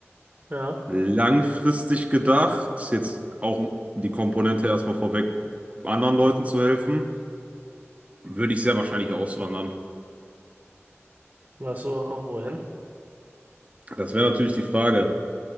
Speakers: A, on the right (about 45°); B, on the right (about 30°).
A: Ja,
B: Langfristig gedacht, jetzt auch um die Komponente erstmal vorweg, anderen Leuten zu helfen, würde ich sehr wahrscheinlich auswandern.
A: weißt du auch wohin?
B: Das wäre natürlich die Frage.